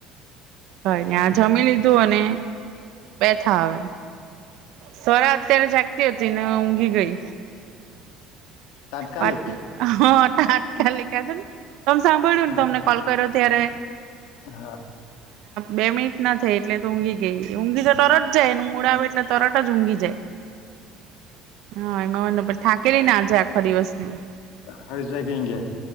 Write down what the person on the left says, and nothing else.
તાત્કાલિક
હા
હા
હર્ષભાઈ
હસ બે કેંગ